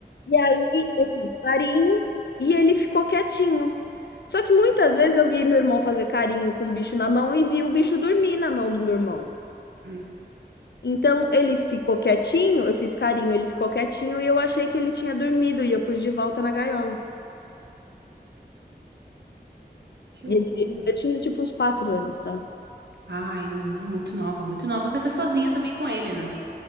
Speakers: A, on the left; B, on the right.
A: E aí eu fiz carinho e ele ficou quietinho. Só que muitas vezes eu vi meu irmão fazer carinho com o bicho na mão e vi o bicho dormir na mão do meu irmão.
B: Hum.
A: Então ele ficou quietinho, eu fiz carinho, ele ficou quietinho e eu achei que ele tinha dormido e eu pus de volta na gaiola.
B: Que
A: E
B: horror.
A: eu ti- eu tinha tipo uns quatro anos, tá?
B: Ai, não, muito nova, muito nova pra estar sozinha também com ele, né?